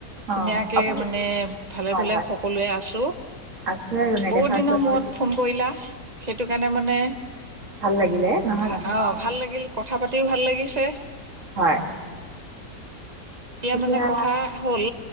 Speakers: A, on the right; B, on the right.
A: অঁ
B: ধুনীয়াকে
A: আপুনি
B: মানে, ভালে-ভালে
A: হয় হয়
B: সকলোৱে আছোঁ।
A: আছে আৰু নেদেখাকৈ
B: বহুত দিনৰ
A: ভাল
B: মূৰত ফোন কৰিলা! সেইটো কাৰণে মানে,
A: ভাল লাগিলে! নহয়
B: ভা
A: জানো
B: অ'!
A: অঁ
B: ভাল লাগিল, কথা পাতিও ভাল লাগিছে।
A: হয়! এতিয়া,
B: মানে কথা হ'ল